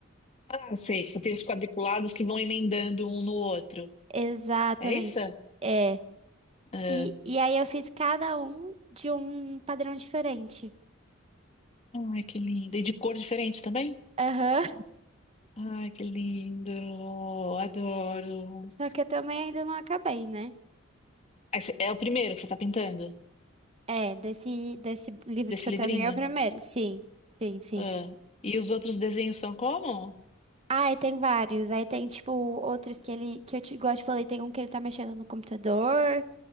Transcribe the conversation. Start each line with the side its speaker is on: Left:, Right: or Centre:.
Left: Ah, sei, tem os quadriculados que vão emendando um no outro.
Right: Exatamente,
Left: É isso?
Right: é.
Left: Ah,
Right: E, e aí eu fiz cada um de um padrão diferente.
Left: ai, que lindo. E de cor diferente também?
Right: Aham.
Left: Ai, que lindo. Adoro.
Right: Só que eu também ainda não acabei, né?
Left: Ah, esse É o primeiro que você está pintando?
Right: É, desse, desse livro
Left: Desse
Right: de fantasminha
Left: livrinho?
Right: é o primeiro. Sim, sim, sim.
Left: Ah, E os outros desenhos são como?
Right: Ah, e tem vários. Aí tem, tipo, outros que ele, que eu te, igual eu te falei, tem um que ele tá mexendo no computador.